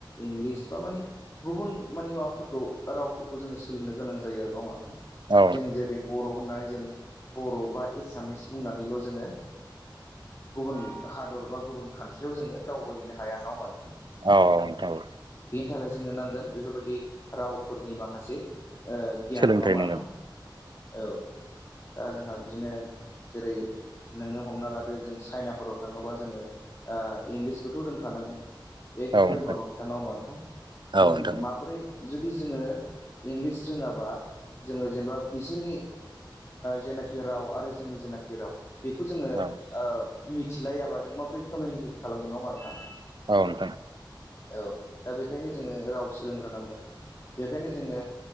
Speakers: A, on the left; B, on the right.
A: इंलिस बा माने गुबुन माने माबाफोरखौ रावफोरखौ जोङो सोलों गोनां जायो आरो नङा होनबा
B: औ
A: जों जेरै बर' होननानै जों बर' बा एसामिस बुंनानैल' जोङो गुबुन हादर बा गुबुन कान्ट्रियाव जोङो दावबायहैनो हाया ना आरो
B: औ नोंथां औ
A: नि थाखाय जोंनो नांगोन बेफोरबायदि रावफोरनि माखासे ओ गियान
B: सोलोंथाइ
A: नङा होनबा
B: नांगोन
A: नोंथां औ दा जोंहा बिदिनो जेरै नोङो हमना लादो जों चाइनाफोराव थाङोबा जोङो इंलिसखौथ' रोंखानांगोन बे एखेबारे
B: औ नोंथां
A: माबा
B: औ
A: खोथा नङा होनबा नोंथां जों
B: नोंथां
A: माबोरै जुदि जोङो इंलिस रोङाबा जोङो जेनेबा बिसोरनि जेनाखि राव आरो जोंनि जेनाखि राव बेखौ जोङो
B: औ
A: मिथिलायाबा जों माबोरै कमिउनिकेट खालामगोन नामा नोंथां।
B: औ नोंथां
A: औ दा बेखायनो जोङो राव सोलोंग्रोनांगोन बेखायनो जोङो